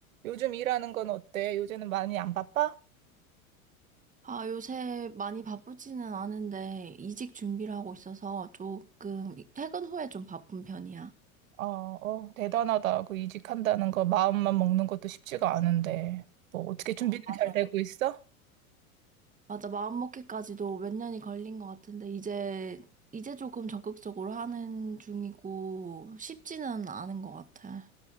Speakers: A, on the right; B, on the right.
A: 요즘 일하는 건 어때? 요새는 많이 안 바빠?
B: 아, 요새 많이 바쁘지는 않은데 이직 준비를 하고 있어서 조금 퇴근 후에 좀 바쁜 편이야.
A: 어, 어, 대단하다. 그 이직한다는 거 마음만 먹는 것도 쉽지가 않은데. 뭐 어떻게 준비는
B: 어, 맞아.
A: 잘 되고 있어?
B: 맞아, 마음먹기까지도 몇 년이 걸린 것 같은데 이제 이제 조금 적극적으로 하는 중이고 쉽지는 않은 것 같 아,